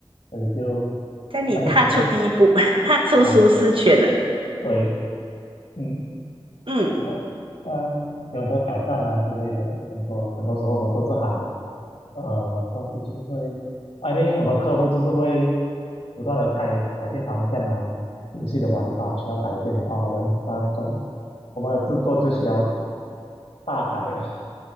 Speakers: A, on the left; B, on the right.
A: 所以就
B: 在你踏出第一步，
A: 蛮有成就感
B: <laughs> 踏出舒适圈了。
A: 的啊对，嗯，
B: 嗯，
A: 然后嗯，有很多挑战啊之类的，很多很多时候我们做这行，呃，公司就是会，I m 我们客户就是会不断的改改变方向啊，游戏的玩法需要改变的话，我们当中我们的制作就需要大改啊，